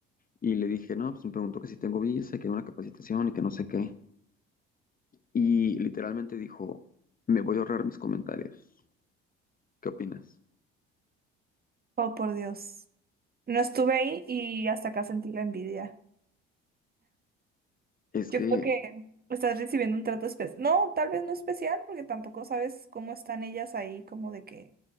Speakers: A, on the left (about 25°); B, on the right (about 30°).
A: Y le dije, no, pues me preguntó que si tengo visa, que una capacitación y que no sé qué. Y literalmente dijo, me voy a ahorrar mis comentarios. ¿Qué opinas?
B: Oh, por Dios. No estuve ahí y hasta acá sentí la envidia.
A: Es
B: Yo
A: que,
B: creo que estás recibiendo un trato especial. No, tal vez no especial, porque tampoco sabes cómo están ellas ahí, como de que,